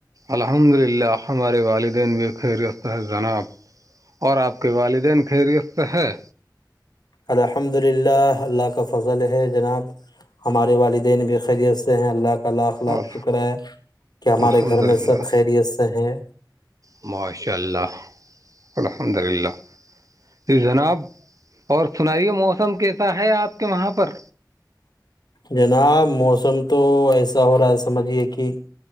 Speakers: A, on the right; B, on the left.
A: الحمد للہ ہمارے والدین بھی خیریتح جناب اور آپ کے والدین خیریفت ہے
B: الحمد للہ اللہ کا فضل ہے جناب ہمارے والدین بھی خیریت سے ہیں اللہ کا لاکخ لاک
A: اور
B: شکر ہے کہ ہمارے
A: الحمد
B: گھر
A: للہ
B: میں سب خیریت سے ہیں
A: ماشاء اللہ الحمد للہ جی جناب اور سنائیے موس سم کیسا ہے آپ کے وہاں پر
B: جناب موسم تو ایسا ہو رہا ہے سمجھیے کہ